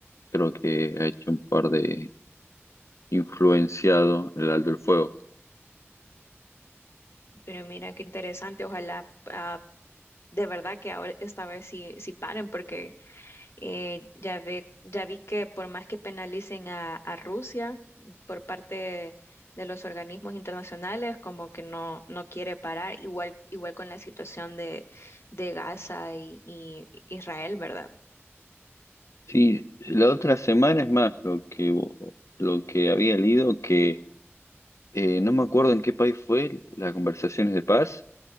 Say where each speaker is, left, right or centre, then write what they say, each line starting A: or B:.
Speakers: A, on the left; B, on the left.
A: creo que ha hecho un par de influenciado el alto el fuego.
B: pero mira qué interesante, ojalá ah, de verdad que ahora esta vez sí, sí paren porque Eh, ya ve, ya vi que por más que penalicen a, a Rusia por parte de los organismos internacionales, como que no, no quiere parar, igual, igual con la situación de, de Gaza y, y Israel, ¿verdad?
A: Sí, la otra semana es más lo que, vo- lo que había leído, que eh, no me acuerdo en qué país fue las conversaciones de paz